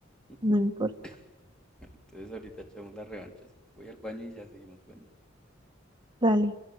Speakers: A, in the centre; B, on the right (about 20°).
A: <laughs>
B: no importa.
A: Bueno, entonces ahorita echamos las revanchas. Voy al baño y ya seguimos. Bueno.
B: Dale.